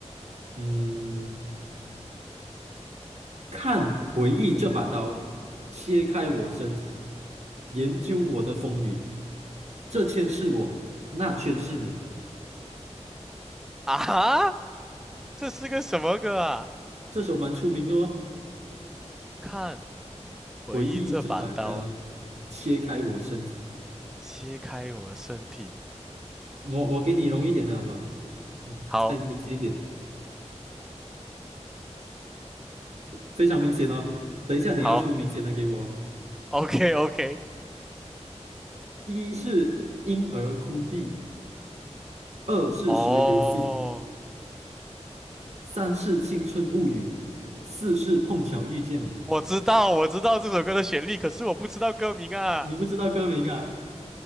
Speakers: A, on the right; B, in the centre.
A: 嗯，看回忆这把刀，切开我身体，研究我的风雨，这圈是我，那圈是你。
B: 啊，这是个什么歌啊？
A: 这首蛮出名的哦，
B: 看。回忆这把刀
A: 回忆这把刀，切开我身体。
B: 切开我的身体。
A: 我我给你容易一点的好不好？
B: 好，
A: 再明显一点，非常明显哦。等一下你要出明显的给我哦。
B: 好，OK OK。
A: 一是婴儿哭地，二是学游戏。
B: <laughs> 哦，
A: 三是青春物语，四是碰巧遇见你。
B: 我知道，我知道这首歌的旋律，可是我不知道歌名啊。
A: 你不知道歌名啊？